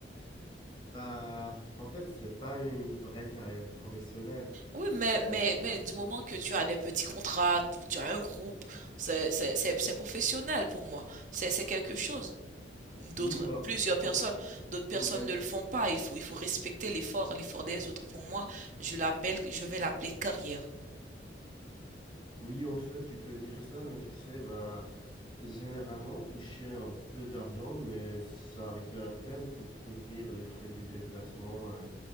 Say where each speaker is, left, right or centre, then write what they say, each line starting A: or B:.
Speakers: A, on the left (about 30°); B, on the right (about 45°).
A: Bah, en fait, c'est pas une vraie carrière professionnelle.
B: Oui, mais, mais,
A: On-
B: mais du moment que tu as des petits contrats, tu tu as un groupe, c'est, c'est, c'est, c'est professionnel pour moi. C'est, c'est quelque chose. D'autres,
A: oui, bah,
B: plusieurs
A: on,
B: personnes, d'autres personnes
A: on gagne.
B: ne le font pas. Il faut, il faut respecter l'effort, l'effort des autres. Pour moi, je l'appelle, je vais l'appeler carrière.
A: Oui, en fait, tu peux dire ça, mais tu sais, bah, généralement, toucher un peu d'argent, mais ça arrive à peine pour couvrir les frais du déplacement, euh,